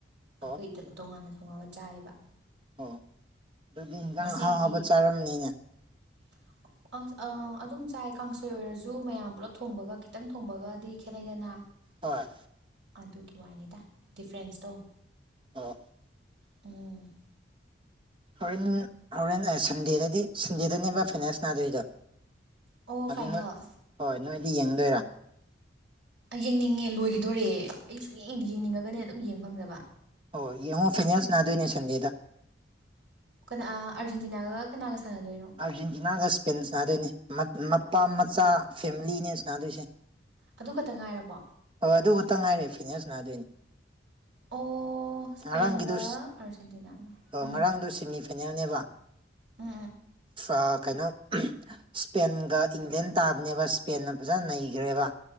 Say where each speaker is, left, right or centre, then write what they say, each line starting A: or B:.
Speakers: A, on the right (about 70°); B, on the right (about 25°).
A: ꯑꯩꯈꯣꯏ
B: ꯑꯣ
A: ꯇꯣꯉꯥꯟꯅ ꯊꯣꯡꯉꯒ ꯆꯥꯏꯌꯦꯕ
B: ꯑꯣ ꯑꯗꯨꯗꯤ ꯏꯟꯖꯥꯡ
A: ꯉꯁꯤꯗꯤ
B: ꯑꯍꯥꯎ ꯍꯥꯎꯕ ꯆꯥꯔꯝꯅꯤꯅꯦ
A: <inaudible> ꯑꯁ ꯑ ꯑꯗꯨꯝ ꯆꯥꯏ ꯀꯥꯡꯁꯣꯏ ꯑꯣꯏꯔꯁꯨ ꯃꯌꯥꯝ ꯄꯨꯜꯂꯞ ꯊꯣꯡꯕꯒ ꯈꯤꯇꯪ ꯊꯣꯡꯕꯒꯗꯤ ꯈꯦꯠꯅꯩꯗꯅ
B: ꯍꯣꯏ
A: ꯑꯗꯨꯒꯤ ꯋꯥꯅꯤꯗ ꯗꯤꯐ꯭ꯔꯦꯟꯁꯇꯣ
B: ꯑꯣ
A: ꯎꯝ
B: ꯍꯣꯔꯦꯟ ꯍꯣꯔꯦꯟ ꯁꯟꯗꯦꯗꯗꯤ ꯁꯟꯗꯦꯗꯅꯦꯕ ꯐꯤꯅꯥꯟꯁ ꯅꯥꯗꯣꯏꯗꯣ
A: ꯑꯣ ꯐꯥꯏꯅꯦꯜ
B: ꯑꯗꯨ ꯅꯣꯏ ꯍꯣꯏ ꯅꯣꯏꯗꯤ ꯌꯦꯡꯗꯣꯏꯔꯥ
A: ꯌꯦꯡꯅꯤꯡꯉꯦ ꯂꯣꯏꯒꯗꯣꯔꯦ ꯑꯩ ꯁꯨ ꯌꯦꯡꯅꯤꯡꯉꯒꯅꯦ ꯑꯗꯨꯝ ꯌꯦꯡ ꯐꯪꯖꯕ
B: ꯍꯣꯏ ꯌꯦꯡꯉꯣ ꯐꯥꯏꯅꯥꯦꯟꯁ ꯅꯥꯗꯣꯏꯅꯦ ꯁꯟꯗꯦꯗ
A: ꯀꯅꯥ ꯑꯥꯔꯖꯦꯟꯇꯤꯅꯥꯒ ꯀꯅꯥꯒ ꯁꯥꯟꯅꯗꯣꯏꯅꯣ
B: ꯑꯥꯔꯖꯦꯟꯇꯤꯅꯥꯒ ꯁ꯭ꯄꯦꯟ ꯁꯥꯟꯗꯣꯏꯅꯤ ꯃꯄꯥ ꯃꯆꯥ ꯐꯦꯃꯤꯂꯤꯅꯦ ꯁꯥꯟꯗꯣꯏꯁꯦ
A: ꯑꯗꯨ ꯈꯛꯇ ꯉꯥꯏꯔꯕꯣ
B: ꯍꯣꯏ ꯑꯗꯨ ꯈꯛꯇꯪ ꯉꯥꯏꯔꯦ ꯐꯤꯅꯦꯁꯅꯅꯥꯗꯣꯏꯅꯤ
A: ꯑꯣ ꯁ꯭ꯄꯦꯟꯒ
B: ꯉꯔꯥꯡꯒꯤꯗ
A: ꯑꯥꯔꯖꯦꯟꯇꯤꯅꯥꯒ ꯎꯝ
B: ꯉꯔꯥꯡꯗ ꯁꯤꯅꯤ ꯀꯩꯅꯅꯦꯕ
A: ꯎꯝ
B: ꯑ ꯀꯩꯅꯣ ꯁꯄꯦꯟꯒ ꯏꯪꯂꯦꯟ ꯇꯥꯕꯅꯦꯕ ꯁꯄꯦꯟꯅ ꯐꯖꯅ ꯅꯩꯈ꯭ꯔꯦꯕ